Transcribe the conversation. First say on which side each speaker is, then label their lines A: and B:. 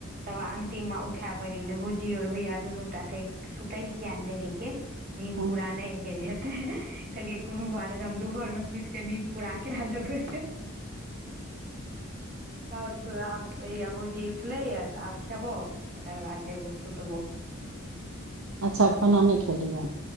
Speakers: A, on the right; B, on the right.
A: तब अंतिम उठायए पड़ि गेले भुजी और भोया दुनू टा के सुतल कियान देलही के नीद
B: अच्छा
A: पूरा नहि भेल हेते कहलियै कोनो बात ने हम दुपहर मे सुति क नींद पूरा कए लेबै सब आब ओहि भुजी उठलै यऽ तऽ आब खेबौ तकर बाद जेबौ सुतबौ
B: अच्छा खाना नहि खेलिये